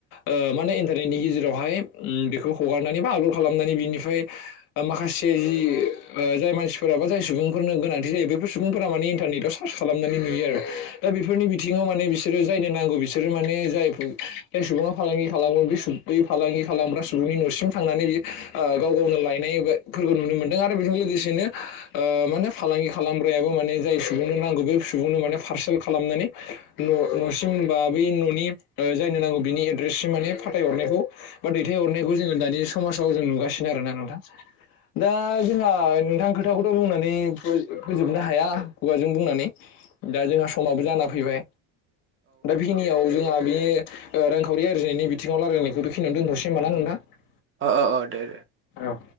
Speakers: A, on the left; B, on the right.
A: ओ माने दिनैनि गेजेरावहाय ओम बेखौ हगारनानै बा आपलड खालामनानै बिनिफ्राय माखासे जि जाय मानसिफोराबा जाय सुबुंफोरनो गोनांथि जायो बेफोर सुबुंफोरा माने इन्टारनेटआव सार्च खालामनानै नुयो आरो दा बेफोरनि बिथिङाव माने बिसोरो जायनो नांगौ बिसोरो माने जाय जाय सुबुङा फालांगि खालामगोन बे बै फालांगि खालामग्रा सुबुंनि नसिम थांनानै बेयो ओ गाव गावनो लायनायबा फोरखौ नुनो मोनदों आरो बे जों लोगोसेनो ओ माने फालांगि खालामग्रायाबो माने जाय सुबुंनो नांगौ बे सुबुंनो माने पारसेल खालामनानै नसिम बा बै ननि जायनो नांगौ बिनि एड्रेससिम माने फाथायहरनायखौ बा दैथायहरनायखौ जोङो दानि समाजाव जों नुगासिनो आरो ना नोंथां दा जोंहा नोंथांखो थाखौथ बुंनानै फोज फोजोबनो हाया खुगाजों बुंनानै दा जोंहा समाबो जाना फैबाय दा बेखिनियाव जोंहा बे ओ रांखावरि आरजिनायनि बि थिंङाव लारायनायखौ दोनथसै होनबा ना नोंथां
B: ओ ओ ओ दे दे
A: औ